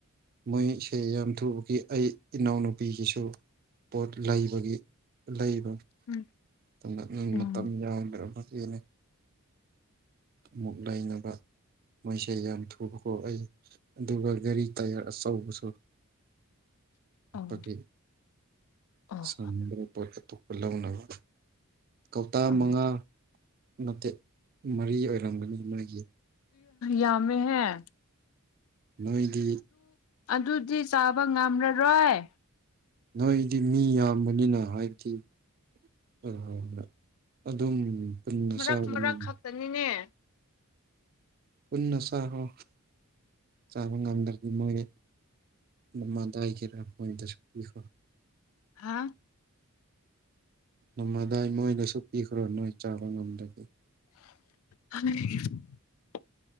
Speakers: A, on the right; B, on the left.
A: ꯃꯣꯏꯁꯦ ꯌꯥꯝ ꯊꯨꯕꯒꯤ ꯑꯩ ꯏꯅꯥꯎꯅꯨꯄꯤꯒꯤꯁꯨ ꯄꯣꯠ ꯂꯩꯕꯒꯤ ꯂꯩꯕ
B: ꯎꯝ
A: ꯑꯗꯨꯗꯪ
B: ꯎꯝ
A: ꯃꯇꯝ ꯌꯥꯝꯎꯗ꯭ꯔꯕ ꯟꯅ ꯑꯃꯨꯛ ꯂꯩꯅꯕ ꯃꯣꯏꯁꯦ ꯌꯥꯝ ꯊꯨꯕ ꯈꯣ ꯑꯩ ꯑꯗꯨꯒ ꯒꯥꯔꯤ ꯇꯥꯏꯌꯥꯔ ꯑꯆꯧꯕꯁꯨ
B: <unintelligible> ꯑꯣ
A: ꯑꯒꯤ
B: ꯑꯣ
A: ꯁꯨꯗ꯭ꯔ ꯄꯠꯇ ꯑꯇꯣꯞꯄ ꯂꯧꯅꯕ ꯀꯧꯇꯥ
B: ꯑꯣ
A: ꯃꯉꯥ ꯃꯇꯦꯠ ꯃꯔꯤ ꯑꯣꯏꯔꯝꯒꯅꯤ ꯃꯣꯏꯒꯤ
B: ꯌꯥꯃꯦ ꯍꯥꯏ
A: ꯅꯣꯏꯗꯤ
B: ꯑꯗꯨꯗꯤ ꯆꯥꯕ ꯉꯝꯂꯔꯣꯏ
A: ꯅꯣꯏꯗꯤ ꯃꯤ ꯌꯥꯝꯕꯅꯤꯅ ꯍꯥꯏꯗꯤ ꯍ ꯍꯣꯏ ꯍꯣꯏ ꯑꯗꯨꯝ ꯄꯨꯟꯅ
B: ꯃꯔꯛ
A: ꯆꯥꯕꯅꯤꯅ
B: ꯃꯔꯛ ꯈꯛꯇꯅꯤꯅꯦ
A: ꯄꯨꯟꯅ ꯆꯍꯣ ꯆꯕꯒꯗꯔꯒꯤ ꯃꯒꯦ ꯗ ꯀꯔꯣꯏꯣ
B: ꯍꯥ
A: ꯅꯃꯗꯥꯏ ꯃꯣꯏꯗꯁꯨ ꯄꯤꯈ꯭ꯔꯣ ꯅꯣꯏ ꯆꯥꯕ ꯉꯝꯗꯒꯦ
B: <unintelligible>